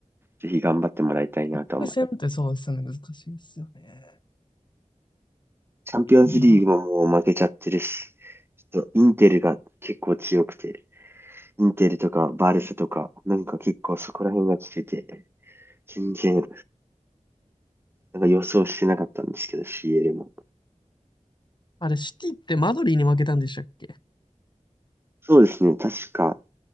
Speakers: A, on the right; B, on the left.
A: ぜひ頑張ってもらいたいなと思って。
B: カップ戦ってそうですよね。難しいですよね。
A: チャンピオンズリーグももう負けちゃってるし、
B: うん。
A: ちょっとインテルが結構強くて、インテルとかバルサとか、なんか結構そこら辺が来てて、全然、なんか予想してなかったんですけど、CL も。
B: あれ、シティってマドリーに負けたんでしたっけ
A: そうですね、確か、